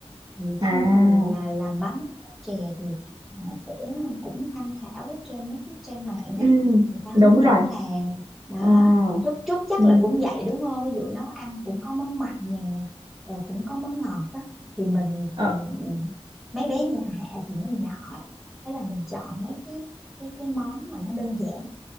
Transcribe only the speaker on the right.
à
ừ
đúng rồi
ờ
ừ
ờ